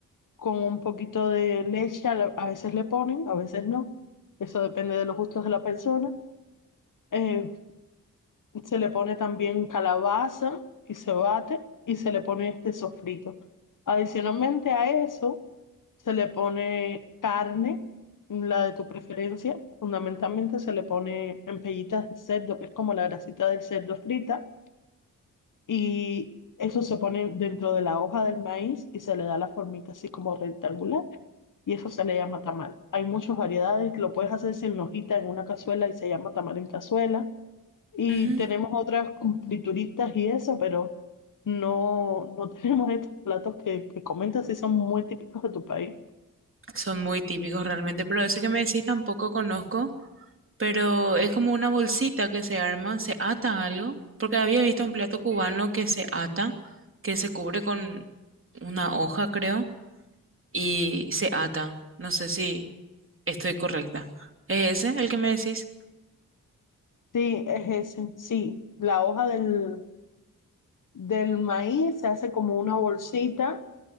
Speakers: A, on the left; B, on the right.
A: con un poquito de leche, a la- a veces le ponen, a veces no. Eso depende de los gustos de la persona. Eh, se le pone también calabaza y se bate y se le pone este sofrito. Adicionalmente a eso, se le pone carne, la de tu preferencia. Fundamentalmente se le pone en pellitas de cerdo, que es como la grasita del cerdo frita y eso se pone dentro de la hoja del maíz y se le da la formita así como rectangular. Y eso se le llama tamal. Hay muchas variedades, lo puedes hacer sin hojita en una cazuela y se llama tamal en cazuela. Y
B: Ujú.
A: tenemos otras con frituritas y eso, pero no, no <laughs> tenemos estos platos que, que comentas si son muy típicos de tu país.
B: Son muy típicos realmente, pero ese que me decís tampoco conozco. pero es como una bolsita que se arma, se ata algo, porque había visto un plato cubano que se ata, que se cubre con una hoja, creo, y se ata. No sé si estoy correcta. ¿Es ese el que me decís?
A: Sí, es ese, sí. La hoja del, del maíz se hace como una bolsita